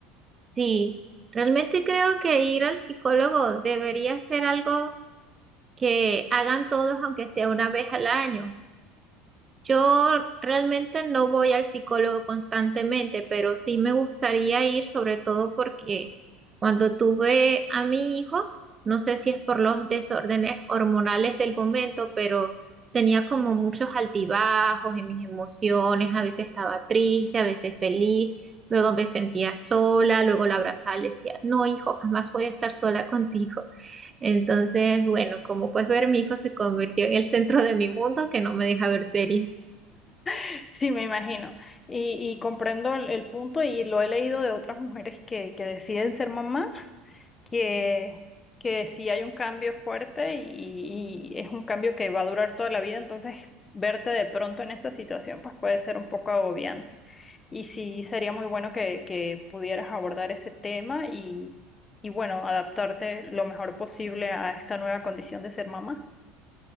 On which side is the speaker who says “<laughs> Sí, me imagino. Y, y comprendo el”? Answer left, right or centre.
Left